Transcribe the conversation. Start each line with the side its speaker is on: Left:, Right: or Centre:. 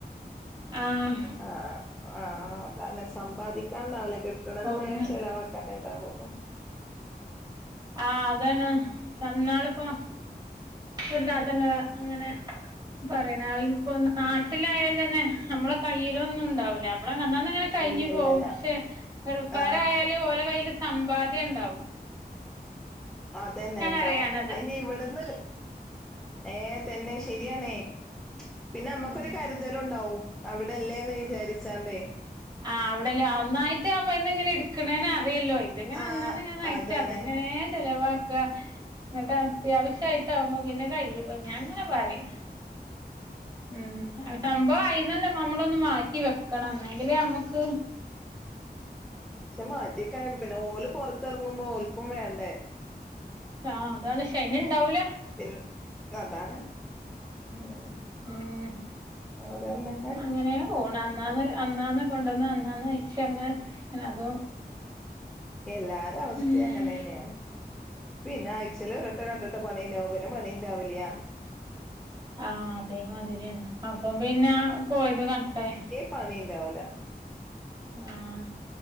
Right: ആഹ്.
Centre: ആഹ് ആ അതാണ്. സമ്പാദിക്കാണ്ടാവൂല കിട്ട്ണത്
Right: ഒറങ്ങ
Centre: മുഴുവൻ ചെലവാക്കാനെ ഇണ്ടാവൊള്ളൂ.
Right: ആ അതാണ്. ഇന്നാള്പ്പൊ ഒരു താത്ത ഇന്നോട് ഇങ്ങനെ പറിണെ ആൾ ഇപ്പൊ നാട്ടിലായാൽ തന്നെ നമ്മള കയ്യിലൊന്നും ഇണ്ടാവൂലാ. ഞമ്മള അന്നാന്നങ്ങനെ കയ്‌ഞ്
Centre: ഇല്ലല്ലല്ല
Right: പോവും. പക്ഷെ ഗൾഫാരായാല്
Centre: ആ
Right: ഓലെ കയ്യില് സമ്പാദ്യം ഇണ്ടാവും.
Centre: അതന്നെ ഇണ്ടാവും.
Right: അറിയാനത്
Centre: അയിഞ് ഇവട്ന്ന് ഏ തന്നെ ശര്യാണെ പിന്നെ അമ്മക്കൊരു
Right: ഉം
Centre: കര് തലും ഇണ്ടാവും അവ്ടെല്ലേന്ന് വിചാരിച്ചാണ്ടേ.
Right: ആ അവ്ടല്ലേ ആ ഒന്നായിട്ട് ആവുമ്പ അയിന്ന് ഇങ്ങനെ ഇട്ക്ക്ണേന് അറിയല്ലോ ഇത് ഇങ്ങനെ
Centre: ആഹ്
Right: അന്നാന്ന് ഇങ്ങനെ
Centre: അതാണ്
Right: ച്ച അത് ഇങ്ങനെ ചെലവാ ക്ക ഇന്നട്ട് അത്യാവശ്യായിട്ടാവുമ്പോ പിന്നെ കയ്യില് പോ ഞാങ്ങനെ പറയും ഉം, സംഭവം അയിന്നന്നെ മമ്മളൊന്ന് മാ റ്റി വെക്കണം ഇന്നെങ്കിലെ അമ്മക്ക്
Centre: പക്ഷെ മാറ്റിക്കാ ഇങ്ങ്ട് പിന്നെ ഓല് പൊർത്തെർങ്ങുമ്പോ ഓൽക്കും വേണ്ടേ
Right: ആ അതാണ്. അയിന് ഇണ്ടാവൂല.
Centre: പിൻ അതാണ്. ഉം.
Right: ഉം
Centre: അതെന്നെ
Right: അങ്ങനെ പോണ് അന്നാന്ന് അന്നാന്ന് കൊണ്ടന്ന് അന്നാന്നയിച്ചങ്ങനെ പിന്നെ അതും
Centre: എല്ലാര അവസ്ഥി
Right: ഉം
Centre: അങ്ങനെന്നേണ്. പിന്നെ ആഴ്ചേല് ഒരു വട്ടോ രണ്ടട്ടോ പണി ഇണ്ടാവും പിന്നെ പണി ഇണ്ടാവുല്യ
Right: ആ അതേമാതിരിയന്നെ. അപ്പം പിന്നെ പോയത് കൺക്കായി.
Centre: പണി ഇണ്ടാവൂല.
Right: ആഹ്